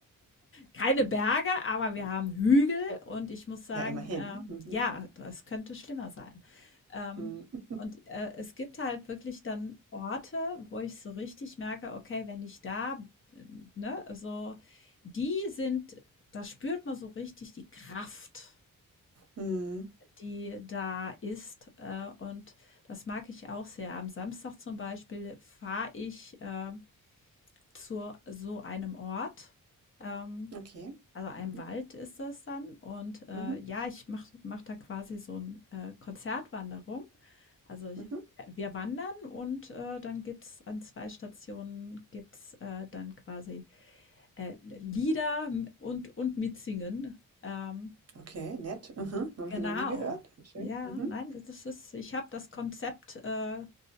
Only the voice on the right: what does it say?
Ja, immerhin.
Mhm.
Mhm.
Mhm.
Okay.
Mhm.
Mhm.
Mhm.
Okay, nett. Mhm. Haben
wir noch nie gehört. Schön.
Mhm.